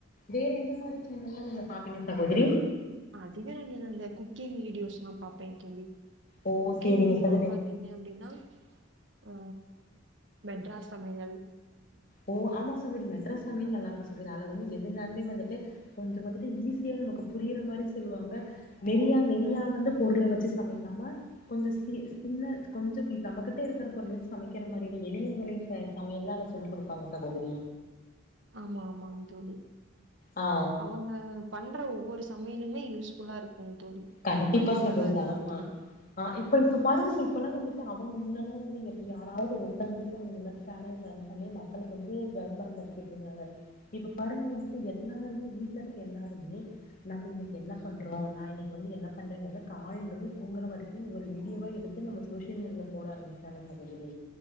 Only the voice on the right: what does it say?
அதுவே நானு இந்த குக்கிங் வீடியோஸ்ல்லாம் பாப்பேன் தோழி
குக்கிங்
வீடியோன்னு
இங்க அப்டின்னா ஆ மெட்ராஸ் சமையல்
ஆமா ஆமாங் தோழி
அவங்க பண்ற ஒவ்வொரு சமையல்லுமே யூஸ்ஃபுல்லா இருக்கு தோழி
பயனுள்ளதா
இருக்குங்க
தோழி.